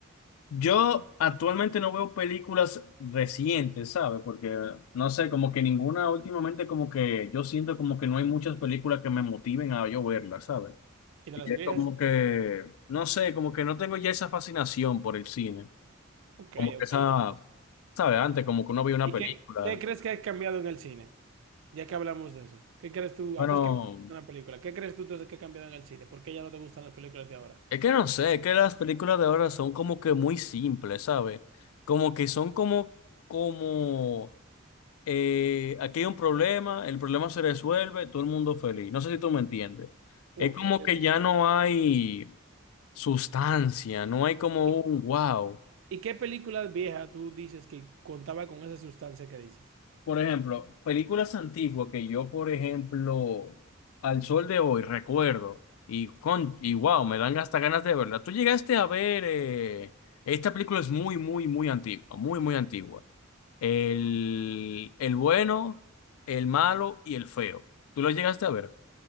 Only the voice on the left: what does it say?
yo actualmente no veo películas recientes, ¿sabes? Porque, no sé, como que ninguna últimamente, como que yo siento como que no hay muchas películas que me motiven a yo verlas, ¿sabes?
Y
es como que, no sé, como que no tengo ya esa fascinación por el cine.
Como que
esa, ¿sabes? Antes, como que uno veía una
película.
¿no?
Bueno,
es que no sé, es que las películas de ahora son como que muy simples, ¿sabes? Como que son como, como, eh, aquí hay un problema, el problema se resuelve, todo el mundo feliz. No sé si tú me entiendes.
Es como
que ya no hay sustancia, no hay como
un wow.
Por ejemplo, películas antiguas que yo, por ejemplo, al sol de hoy recuerdo y con y wow, me dan hasta ganas de verla. Tú llegaste a ver eh, esta película es muy, muy, muy antigua, muy, muy antigua. El, el bueno, el malo y el feo. ¿Tú lo llegaste a ver?